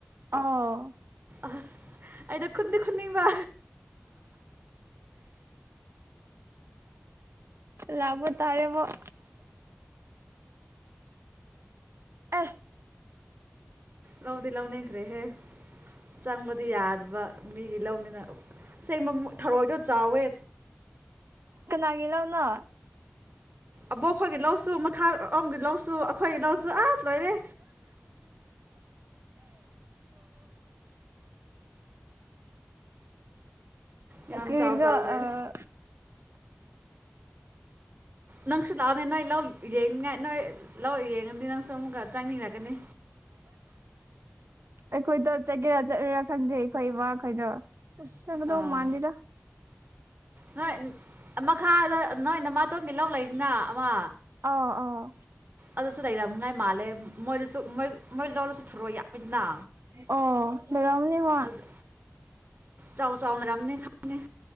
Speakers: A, on the right; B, on the right.
A: ꯑꯥꯎ
B: ꯑꯁ ꯑꯩꯗꯣ ꯈꯨꯟꯗꯤ ꯈꯨꯅꯤꯡ ꯕꯥ
A: ꯂꯥꯛꯄ ꯇꯥꯔꯦ ꯃꯨꯛ ꯑꯩ
B: ꯂꯧꯗꯤ ꯂꯧꯅꯤꯡꯈ꯭ꯔꯦꯍꯦ ꯆꯪꯕꯗꯤ ꯌꯥꯗꯕ ꯃꯤꯒꯤ ꯂꯧꯅꯤꯅ ꯑꯁꯦꯡꯕ ꯊꯔꯣꯏꯗꯣ ꯆꯥꯎꯋꯦ
A: ꯀꯅꯥꯒꯤ ꯂꯧꯅꯣ
B: ꯑꯕꯣꯛ ꯈꯣꯏꯒꯤ ꯂꯧꯁꯨ ꯃꯈꯥ ꯑꯣꯝꯒꯤ ꯂꯧꯁꯨ ꯑꯩꯈꯣꯏꯒꯤ ꯂꯧꯁꯨ ꯑꯁ ꯂꯣꯏꯔꯦ ꯌꯥꯝ
A: ꯀ꯭ꯔꯤꯗ
B: ꯆꯥꯎ ꯆꯥꯎ ꯂꯩ
A: ꯑꯥ
B: ꯅꯪꯁꯨ ꯂꯥꯛꯑꯣꯅꯦ ꯅꯣꯢ ꯂꯧ ꯌꯦꯡꯅꯉꯥꯢ ꯅꯣꯢ ꯂꯧ ꯌꯦꯡꯉꯗꯤ ꯅꯪꯁꯨ ꯑꯃꯨꯛꯀ ꯆꯪꯅꯤꯡꯔꯛꯀꯅꯤ
A: ꯑꯩꯈꯣꯏꯗꯣ ꯆꯠꯀꯦꯔꯥ ꯆꯠꯂꯣꯢꯔꯥ ꯈꯪꯗꯦ ꯑꯩꯈꯣꯏ ꯏꯕꯥ ꯈꯣꯏꯗꯣ ꯑꯁ ꯆꯪꯠꯀꯗꯧ
B: ꯑꯥ
A: ꯃꯥꯟꯗꯦꯗ <inaudible>
B: ꯅꯣꯏ ꯃꯈꯥꯗ ꯅꯣꯏ ꯅꯃꯥꯇꯣꯟꯒꯤ ꯂꯧ ꯂꯩꯗꯅ ꯑꯃ
A: ꯑꯥ ꯑꯥ
B: ꯑꯗꯨꯁꯨ ꯂꯩꯔꯝꯉꯥꯏ ꯃꯥꯜꯂꯦ ꯃꯣꯏꯗꯁꯨ ꯃꯣꯏ ꯃꯣꯏ ꯂꯧꯗꯨꯁꯨ ꯊꯔꯣꯢ ꯌꯥꯝꯃꯤꯗꯅ
A: ꯑꯣ ꯂꯩꯔꯝꯅꯤ ꯃꯥ
B: ꯑꯗꯨ ꯆꯥꯎ ꯆꯥꯎ ꯂꯩꯔꯝꯅꯤ ꯈꯪꯉꯦ